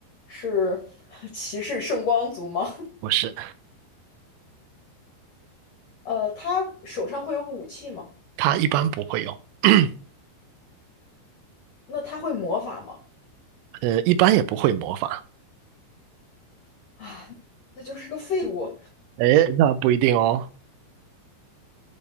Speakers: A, on the left; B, on the right.
A: 是 <laughs> 骑士圣光族吗？
B: 不是，
A: <laughs> 呃，他手上会有武器吗？
B: 他一般不会有，<clears throat>
A: 那他会魔法吗？
B: 呃，一般也不会模仿。
A: 啊，那就是个废物，
B: 哎，那不一定哦。